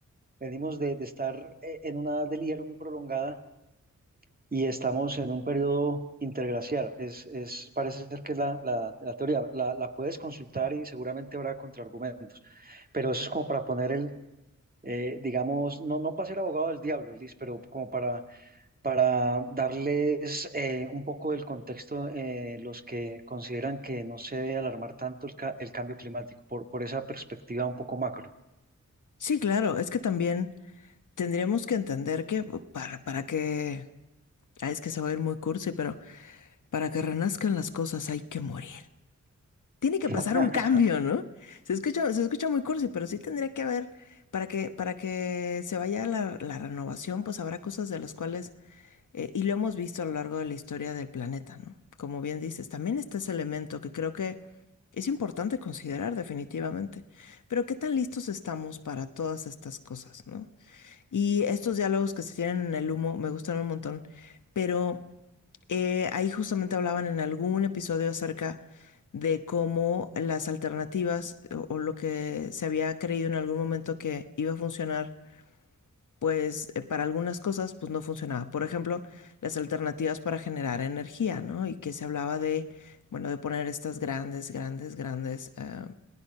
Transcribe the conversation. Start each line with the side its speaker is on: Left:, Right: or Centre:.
Right: Venimos de, de estar eh, en una edad del hielo muy prolongada y estamos en un periodo interglaciar. Es, es, parece ser que es la, la, la teoría. La, la puedes consultar y seguramente habrá contraargumentos. Pero eso es como para poner el, eh, digamos, no, no para ser abogado del diablo, Elis, pero como para, para darles eh, un poco del contexto eh, los que consideran que no se debe alarmar tanto el, ca- el cambio climático por, por esa perspectiva un poco macro.
Left: Sí, claro, es que también tendríamos que entender que oh, para, para que, ah, es que se va a ir muy cursi, pero para que renazcan las cosas hay que morir. Tiene que
Right: <laughs>
Left: pasar un cambio, ¿no? Se escucha, se escucha muy cursi, pero sí tendría que haber, para que, para que se vaya la, la renovación, pues habrá cosas de las cuales Eh, y lo hemos visto a lo largo de la historia del planeta, ¿no? Como bien dices, también está ese elemento que creo que es importante considerar definitivamente. Pero ¿qué tan listos estamos para todas estas cosas, ¿no? Y estos diálogos que se tienen en el humo me gustan un montón, pero eh, ahí justamente hablaban en algún episodio acerca de cómo las alternativas o, o lo que se había creído en algún momento que iba a funcionar pues eh, para algunas cosas pues no funcionaba. Por ejemplo, las alternativas para generar energía, ¿no? Y que se hablaba de, bueno, de poner estas grandes, grandes, grandes, eh,